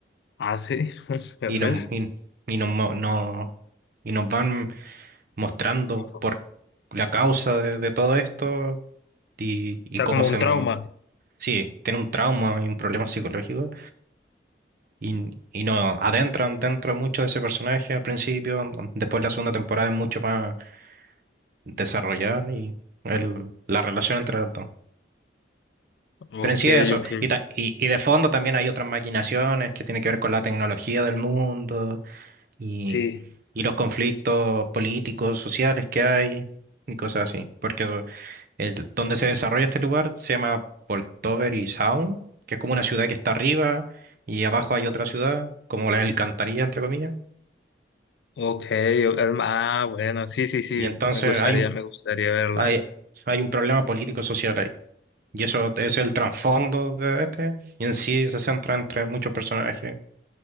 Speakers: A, on the left; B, on the right.
A: Ah, sí, <laughs> ya
B: y
A: ves.
B: no, y, y no, no, no y nos van mostrando
A: O
B: por la causa de, de todo esto y, y
A: sea
B: cómo
A: como
B: se...
A: un
B: m-
A: trauma.
B: Sí, tiene un trauma y un problema psicológico y, y nos adentran dentro mucho de ese personaje al principio, después la segunda temporada es mucho más desarrollar y el- la relación entre los dos.
A: Ok,
B: Pero en sí eso,
A: ok.
B: y, ta- y, y de fondo también hay otras maquinaciones que tienen que ver con la tecnología del mundo y,
A: Sí,
B: y los conflictos políticos, sociales que hay y cosas así, porque eso- El, donde se desarrolla este lugar se llama Poltover Sound, que es como una ciudad que está arriba y abajo hay otra ciudad, como la alcantarilla, entre comillas.
A: ok. o- Ah, bueno, sí, sí, sí.
B: Y entonces
A: Me gustaría,
B: hay un,
A: me gustaría verla.
B: hay, hay un problema político-social ahí. Y eso es el trasfondo de este. Y en sí se centra entre muchos personajes.